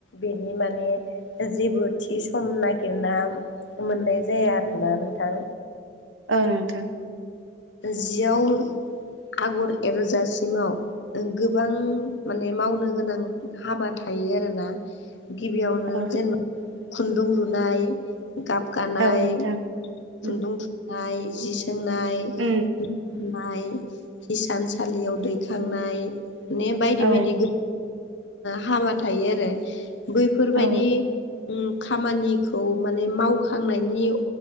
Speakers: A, on the left (about 70°); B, on the right (about 85°).
A: बेनि माने जेबो थि सम नागिरना मोननाय जाया आरोना नोंथां।
B: ओ नोंथां
A: जियाव आगर एरजासिमाव गोबां माने मावनो गोनां हाबा थायो आरोना। गिबियावनो
B: औ
A: जेनेबा खुन्दुं लुनाय गाब गानाय
B: औ नोंथां
A: खुन्दुं
B: उम
A: थुननाय जि सोंनाय
B: उम
A: नाय हिसानसालियाव दैखांनाय ने बायदि
B: औ
A: बायदि। हाबा थायो आरो बैफोरबायदि
B: औ
A: उम खामानिखौ माने मावखांनायनि